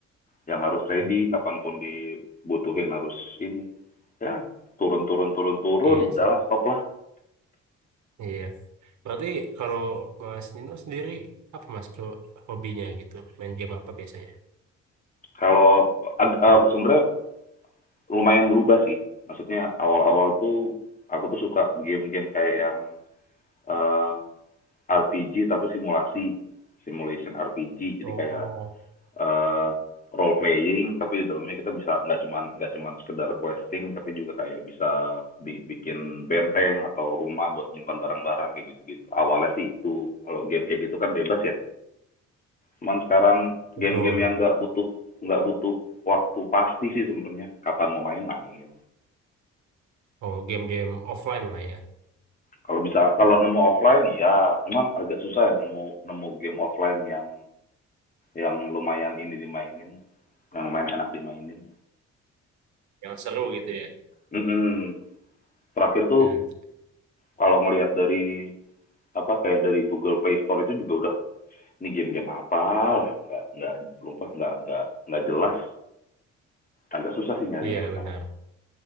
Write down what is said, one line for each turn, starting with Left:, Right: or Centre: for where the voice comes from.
Left: yang harus ready
Right: Hmm.
Left: kapanpun dibutuhin harus ini ya turun turun turun turun
Right: Iya
Left: udahlah
Right: sih.
Left: stop lah
Right: Iya. Berarti kalau Mas Nino sendiri apa Mas ke- hobinya gitu? Main game apa biasanya?
Left: kalau ag- eh, sebenarnya lumayan berubah sih maksudnya awal-awal tuh aku tuh suka game-game kayak yang eh, RPG tapi simulasi simulation RPG jadi
Right: Oh,
Left: kayak eh role playing tapi di dalamnya kita bisa nggak cuman nggak cuman sekedar questing tapi juga kayak bisa bi- bikin benteng atau rumah buat nyimpan barang-barang kayak gitu-gitu awalnya sih itu kalau game kayak gitu kan bebas ya cuman sekarang
Right: betul.
Left: game-game yang nggak butuh nggak butuh waktu pasti sih sebenarnya kapan mau main-main
Right: Oh, game-game offline lah ya.
Left: kalau bisa kalau nemu offline ya cuman agak susah ya nemu nemu game offline yang yang lumayan ini dimainin yang lumayan enak dimainin
Right: Yang seru gitu ya.
Left: Mm-mm. terakhir tuh
Right: Hmm.
Left: kalau ngelihat dari apa kayak dari Google Play Store itu juga udah ini game-game apa lah nggak nggak lupa nggak nggak nggak jelas agak susah sih nyarinya
Right: Iya
Left: sekarang
Right: benar.